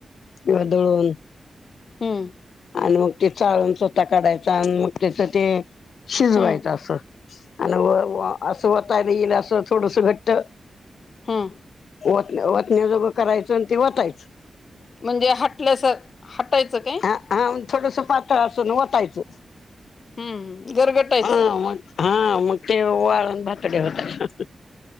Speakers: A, on the left; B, on the left.
A: किंवा दळून.
B: हम्.
A: आणि मग ते चाळून स्वतः काढायचा आणि मग त्याचं ते शिजवायचं
B: हम्म
A: असं. अ असं होताईल असं थोडस घट्ट --
B: हम.
A: व वतण्याजोगं करायचं आणि ते वतायच.
B: म्हणजे हटल्याच हटायचं काय?
A: हा हा थोडस पातळ असून वतायचं.
B: हम्म घरगटायचं.
A: हा मग हा मग ते वाळून भातडे होतात.